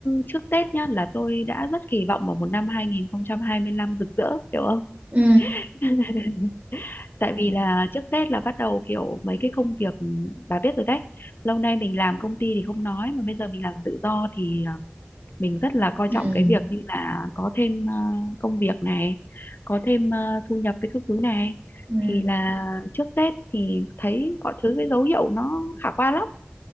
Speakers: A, on the left; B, on the right.
A: trước Tết nhá là tôi đã rất kỳ vọng vào một năm 2025 rực rỡ hiểu không
B: Ừ,
A: <laughs> tại vì là trước Tết là bắt đầu kiểu mấy cái công việc bà biết rồi đấy lâu nay mình làm công ty thì không nói mà bây giờ mình làm tự do thì mình rất là coi
B: ừ,
A: trọng cái việc như là có thêm ờ, công việc này có thêm ờ, thu nhập với các thứ này
B: Ừ.
A: thì là trước Tết thì thấy mọi thứ cái dấu hiệu nó khả quan lắm